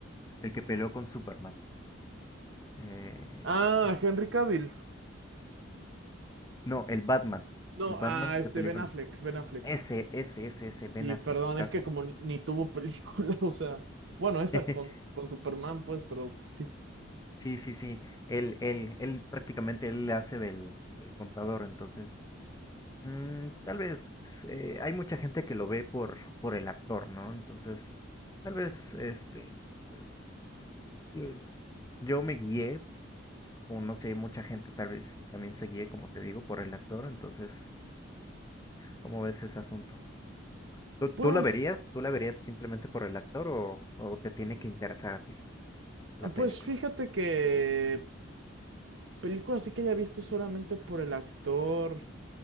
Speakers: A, on the left (about 15°); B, on the right (about 70°).
A: el que peleó con Superman. Eh,
B: Ah,
A: ¿cómo se-
B: Henry Cavill.
A: No, el Batman,
B: No,
A: el Batman
B: ah, este
A: que peleó
B: Ben
A: con...
B: Affleck, Ben Affleck.
A: Ese, ese, ese, ese,
B: Sí,
A: Ben Affleck,
B: perdón,
A: gracias.
B: es que como ni, ni tuvo película, <laughs> o sea, bueno, esa
A: <laughs>
B: con, con Superman, pues, pero pues sí.
A: Sí, sí, sí. Él, él, él prácticamente él le hace del, del contador, entonces mm, tal vez eh, hay mucha gente que lo ve por, por el actor, ¿no? Entonces, tal vez este eh, yo yo me guié, o no sé, mucha gente tal vez también se guíe, como te digo, por el actor, entonces, ¿cómo ves ese asunto? ¿Tú,
B: Pues,
A: tú la verías? ¿Tú la verías simplemente por el actor o, o te tiene que interesarte la película?
B: pues fíjate que película sí que haya visto solamente por el actor.